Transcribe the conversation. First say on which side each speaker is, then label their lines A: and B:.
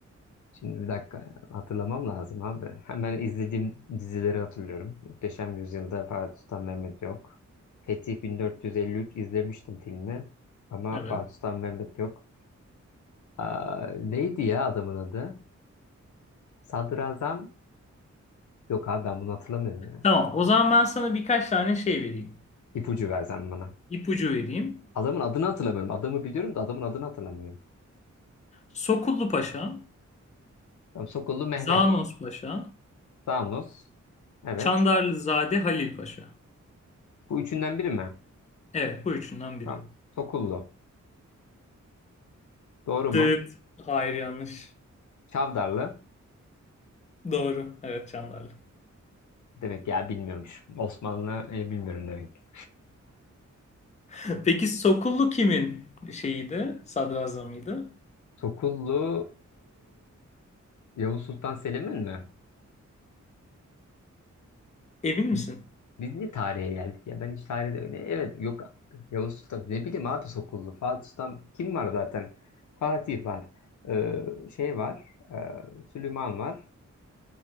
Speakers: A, on the left; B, on the left.
A: Şimdi bir dakika hatırlamam lazım abi. Hemen izlediğim dizileri hatırlıyorum. Muhteşem Yüzyıl'da Fatih Sultan Mehmet yok. Fetih 1453 izlemiştim filmi. Ama
B: Evet.
A: Fatih Sultan Mehmet yok. Aa, neydi ya adamın adı? Sadrazam. Yok abi ben bunu hatırlamıyorum ya.
B: Tamam, o zaman ben sana birkaç tane şey vereyim.
A: İpucu versen bana.
B: İpucu vereyim.
A: Adamın adını hatırlamıyorum. Adamı biliyorum da adamın adını hatırlamıyorum.
B: Sokullu Paşa,
A: Tamam Sokullu Mehmet.
B: Zanos Paşa,
A: Damlos. Evet.
B: Çandarlızade Halil Paşa.
A: Bu üçünden biri mi?
B: Evet, bu üçünden biri.
A: Tamam. Sokullu. Doğru mu?
B: Dıt. Hayır yanlış.
A: Çavdarlı.
B: Doğru. Evet Çandarlı.
A: Demek ya bilmiyormuş. Osmanlı e, bilmiyorum demek.
B: <laughs> Peki Sokullu kimin şeyiydi? Sadrazamıydı.
A: Sokullu e, Yavuz Sultan Selim'in mi?
B: Emin
A: Biz
B: misin?
A: biz niye tarihe geldik ya? Ben hiç tarihte öyle evet yok Yavuz Sultan ne bileyim abi Sokullu. Fatih Sultan kim var zaten? Fatih var. E, şey var. e, Süleyman var.